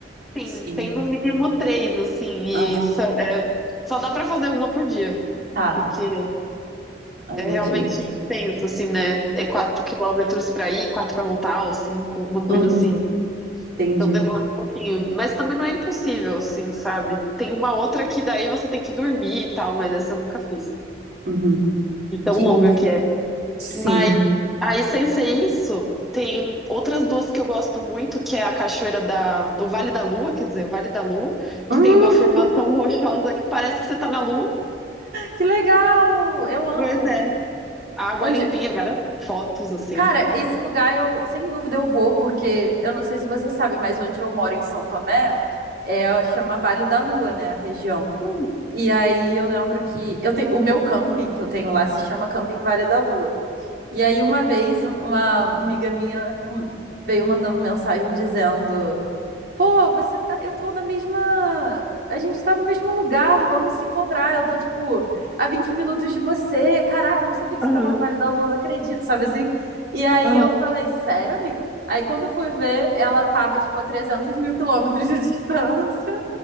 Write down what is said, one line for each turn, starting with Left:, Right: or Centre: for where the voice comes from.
Centre: Sim,
Right: Sim.
Centre: tem no mínimo três, assim,
Right: Ah,
Centre: e só, é, só dá para fazer uma por dia,
Right: tá.
Centre: porque
Right: É muito
Centre: é realmente
Right: lindo.
Centre: intenso, assim, né? É quatro quilômetros para ir, quatro para voltar, ou cinco, uma coisa
Right: Hum,
Centre: assim.
Right: entendi.
Centre: Então demora um pouquinho, mas também não é impossível, assim, sabe? Tem uma outra que daí você tem que dormir e tal, mas essa eu nunca fiz.
Right: Uhum.
Centre: De tão
Right: Que
Centre: longa
Right: in-
Centre: que é.
Right: Sim.
Centre: Mas aí, sem ser isso, tem outras duas que eu gosto muito, que é a Cachoeira da, do Vale da Lua, quer dizer, o Vale da Lua,
Right: Hum.
Centre: que tem uma formação rochosa que parece que você tá na Lua.
Right: Que legal! Eu amo.
Centre: Pois é, água
Right: Onde,
Centre: limpinha, várias fotos assim.
Right: Cara, esse lugar eu, sem dúvida, eu vou, porque eu não sei se você sabe, mas onde eu moro em São Tomé, é, chama Vale da Lua, né, a região.
Centre: Hum,
Right: E aí eu lembro que eu te, o meu camping que eu tenho lá se chama Camping Vale da Lua. E aí uma vez um- uma amiga minha com- veio mandando mensagem dizendo Pô, você tá. Eu tô na mesma. A gente tá no mesmo lugar, vamos se encontrar. Eu tô, tipo, a 20 minutos de você. Caraca, eu não sabia que
Centre: Aham,
Right: você tava no Vale da Lua, não acredito, sabe assim? E aí
Centre: aham.
Right: eu falei, sério, amiga? Aí quando eu fui ver, ela tava, tipo, a 300 mil quilômetros de <laughs> distância.